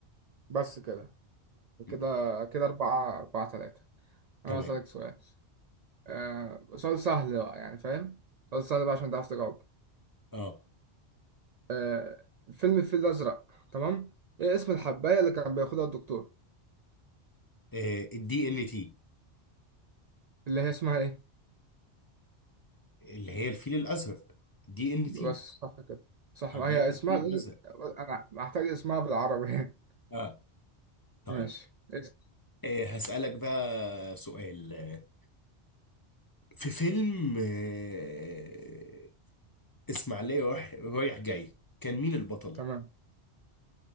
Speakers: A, on the right (about 60°); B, on the left (about 20°).
A: بس كده
B: م.
A: كده كده أربعة أربعة تلاتة أنا
B: تمام
A: هسألك سؤال آه سؤال سهل بقى يعني فاهم سؤال سهل بقى عشان تعرف تجاوب
B: اه
A: آه فيلم الفيل الأزرق تمام إيه اسم الحباية اللي كان بياخدها الدكتور
B: آه، الدي ان تي
A: اللي هي اسمها إيه
B: اللي هي الفيل الازرق دي ان
A: بس
B: تي
A: صح كده صح
B: حبيت
A: ما هي
B: الفيل
A: اسمها لازم
B: الازرق
A: أنا محتاج اسمها بالعربي
B: اه طيب
A: <laughs> ماشي اس-
B: آه هسألك بقى سؤال آه، في فيلم آه اسماعيلية رايح رايح جاي كان مين البطل؟
A: تمام